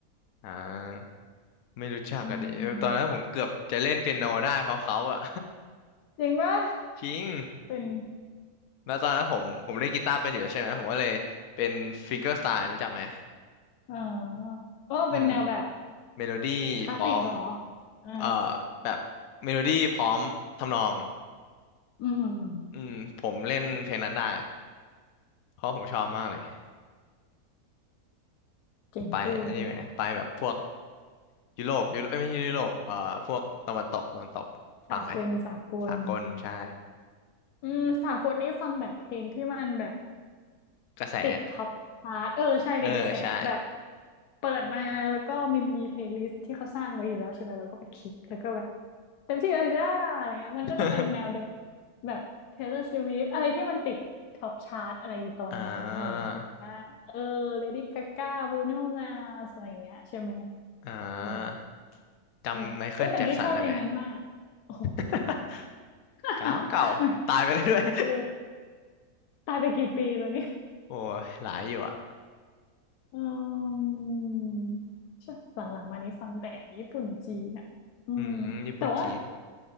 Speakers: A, on the left; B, on the left.
A: อ่าไม่รู้จักอะดิตอนนั้นผมเกือบจะเล่นเปียโนได้เพราะเขาอะ
B: อืมจริงปะ
A: <laughs> จริง
B: เป็น
A: แล้วตอนนั้นผมผมเล่นกีตาร์เป็นอยู่แล้วใช่ไหมผมก็เลยเป็นฟิงเกอร์สไตล์รู้จักไหม
B: เออก็เป็นแนวแบบ
A: อืมเมโลดี้พร้อม
B: คลาสสิกเหรออ่า
A: เอ่อแบบเมโลดี้พร้อมทำนอง
B: อืมอืมอืม
A: อืมผมเล่นเพลงนั้นได้เพราะผมชอบมากเลย
B: เจ๋งเกิน
A: ไปอันนี้ไหมไปแบบพวกยุโรปยุโรปเอ้ยไม่ใช่ยุโรปเอ่อพวกตะวันตกตะวันตกฟังไหม
B: สากลสากล
A: สากลใช่
B: อืมสากลนี่ฟังแบบเพลงที่มันแบบ
A: กระแส
B: ติดท็อปชาร์ตเออใช่เป็นกระแสอะแบบ
A: เออใช่
B: เปิดมาแล้วก็มันมีเพลย์ลิสต์ที่เขาสร้างไว้อยู่แล้วใช่ไหมเราก็ไปคลิกแล้วก็แบบเต็มที่เลยจ้าอะไรเงี้ยมันก็จะเป็นแนวเดียว
A: <laughs>
B: แบบ Taylor Swift อะไรที่มันติดท็อปชาร์ตอะไรอยู่ตอนนั้นอะไรเงี้ยเออ
A: อ่า
B: Lady Gaga Bruno Mars อะไรเงี้ยใช่ไหม
A: อ่า
B: อืม
A: จำไมเคิลแจ็คสันได้ไหม
B: เออเอ้ยแต่นี่ชอบเพลงนั้นมากโอ้ย
A: <laughs>
B: <laughs>
A: เก่าเก่าตายไปเลยด้วย
B: มัน
A: <laughs>
B: เออตายไปกี่ปีแล้วเนี่ย
A: โอ้ยหลายอยู่อ่ะ
B: อืมใช่หลังๆมานี้ฟังแต่ญี่ปุ่นจีนอ่ะอืมแต่ว่า
A: อืมญี่ปุ่นจีน